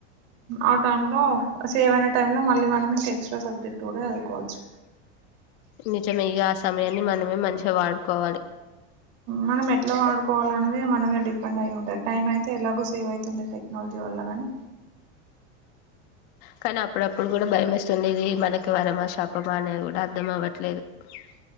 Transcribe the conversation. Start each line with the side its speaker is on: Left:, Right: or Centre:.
Right: ఆ టైం లో సేవైన టైంలో మళ్ళీ మనం ఇంక ఎక్స్ట్రా సబ్జెక్ట్ కూడా చదువుకోవచ్చు
Left: నిజమే ఇగ ఆ సమయాన్ని మనమే మంచిగా వాడుకోవాలి
Right: మనం ఎట్లా వాడుకోవాలి అనేది మనమే డిపెండ్ అయింటాయి ఉంటా టైం అయితే ఎలాగో సేవ్ అవుతుంది టెక్నాలజీ ది వల్లగాని
Left: కానీ అప్పుడప్పుడు కూడా భయం వేస్తుంది ఇది మనకి వరమా శాపమా అనేది కూడా అర్ధం అవ్వట్లేదు లేదు